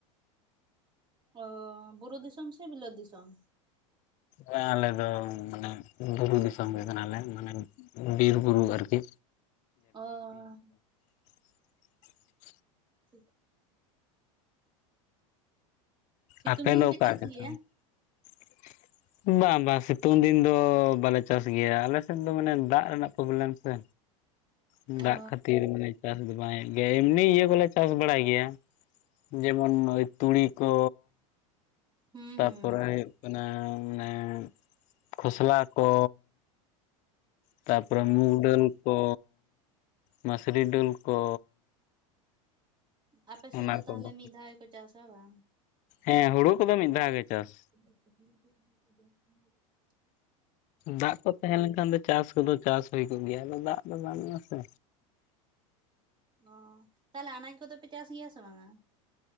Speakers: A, on the right (about 25°); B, on the left (about 45°).
A: ᱚ ᱵᱩᱨᱩ ᱫᱤᱥᱚᱢ ᱥᱮ ᱵᱤᱞᱟᱹᱫ ᱫᱤᱥᱚᱢ?
B: ᱦᱮᱸ ᱟᱞᱮ ᱫᱚ ᱢᱟᱱᱮ ᱵᱩᱨᱩ ᱫᱤᱥᱚᱢ ᱜᱮᱚ ᱠᱟᱱᱟᱞᱮ᱾ ᱢᱟᱱᱮ ᱵᱤᱨ ᱵᱩᱨᱩ ᱟᱨ ᱠᱤ᱾
A: ᱚᱸᱻ
B: <inaudible>
A: <unintelligible> ᱥᱤᱛᱩᱝ
B: ᱟᱯᱮ
A: ᱫᱤᱱ
B: ᱫᱚ
A: ᱯᱮ
B: ᱚᱠᱟ
A: ᱪᱟᱥ
B: ᱫᱤᱥᱚᱢ
A: ᱜᱮᱭᱟ?
B: <inaudible> ᱵᱟᱝ ᱵᱟᱝ ᱥᱤᱛᱩᱝ ᱫᱤᱱ ᱫᱚ ᱵᱟᱞᱮ ᱪᱟᱥ ᱜᱮᱭᱟ, ᱟᱞᱮ ᱥᱮᱜ ᱫᱚ ᱢᱟᱱᱮ ᱫᱟᱜ ᱨᱮᱱᱟᱜ ᱯᱨᱚᱵᱮᱞᱮᱢ ᱥᱮ᱾ ᱩᱸ ᱫᱟᱜ
A: ᱚ
B: ᱠᱷᱟᱹᱛᱤᱨ ᱢᱟᱱᱮ ᱪᱟᱥ ᱫᱚ ᱵᱟᱝ ᱦᱩᱭᱩᱜ ᱜᱮᱭᱟ ᱮᱢᱱᱤ ᱤᱭᱟᱹ ᱠᱚᱞᱮ ᱪᱟᱥ ᱵᱟᱲᱟᱭ ᱜᱮᱭᱟ᱾ ᱡᱮᱢᱚᱱ ᱱᱚᱜ-ᱚᱭ ᱛᱩᱲᱤ ᱠᱚ᱾
A: ᱦᱩᱸ
B: ᱛᱟᱯᱚᱨᱮ
A: ᱦᱩᱸ
B: ᱦᱳᱭᱳᱜ ᱠᱟᱱᱟ ᱢᱟᱱᱮ ᱠᱷᱚᱥᱞᱟ ᱠᱚ᱾ ᱛᱟᱯᱚᱨᱮ
A: ᱚ
B: ᱢᱩᱸᱜᱽ ᱰᱟᱹᱞ ᱠᱚ ᱢᱟᱥᱨᱤ ᱰᱟᱹᱞ ᱠᱚ᱾
A: ᱟᱯᱮ
B: ᱚᱱᱟ
A: ᱥᱮᱱ ᱫᱚ
B: ᱠᱚᱫᱚ
A: ᱛᱟᱦᱟᱞᱮ ᱢᱤᱫ ᱫᱷᱟᱣ ᱜᱮᱠᱚ ᱪᱟᱥᱟ ᱵᱟᱝ?
B: ᱦᱮᱸ ᱦᱳᱲᱳ ᱠᱚᱫᱚ ᱢᱤᱜ ᱫᱷᱟᱣ ᱜᱮ ᱪᱟᱥ᱾
A: <unintelligible>
B: ᱫᱟᱜ ᱠᱚ ᱛᱟᱦᱮᱸ ᱞᱮᱱᱠᱷᱟᱱ ᱫᱚ ᱪᱟᱥ ᱠᱚᱫᱚ ᱪᱟᱥ ᱦᱳᱭ ᱠᱚᱜ ᱜᱮᱭᱟ ᱟᱫᱚ ᱫᱟᱜ ᱫᱚ ᱵᱟᱱᱩᱜ-ᱟ ᱥᱮ᱾
A: ᱚᱸᱻ ᱛᱟᱦᱚᱞᱮ ᱟᱱᱟᱡᱽ ᱠᱚᱫᱚ ᱯᱮ ᱪᱟᱥ ᱜᱮᱭᱟ ᱥᱮ ᱵᱟᱝᱟ?